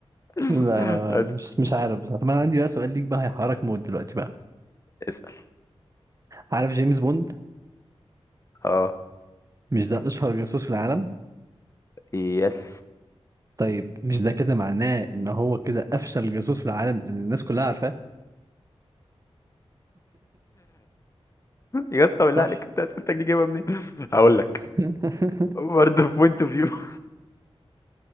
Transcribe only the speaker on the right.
لا انا
مش مش عارف بصراحة طب انا عندي بقى سؤال ليك بقى هيحرك موت دلوقتي بقى
عارف جيمس بوند
مش ده اشهر جاسوس في العالم
طيب مش ده كده معناه ان هو كده افشل جاسوس في العالم لان الناس كلها عارفاه
صح
<laughs>